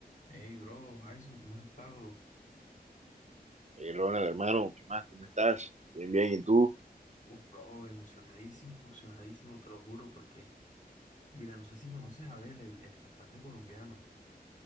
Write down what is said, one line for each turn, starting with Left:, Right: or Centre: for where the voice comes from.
Left: Hey, bro, Jason, ¿cómo has estado?
Right: Hey, Ronald, hermano, ¿qué más? ¿Cómo estás? Bien, bien, ¿y tú?
Left: Uf, bro, emocionadísimo, emocionadísimo, te lo juro, porque, mira, no sé si conoces a Abel, el, el cantante colombiano.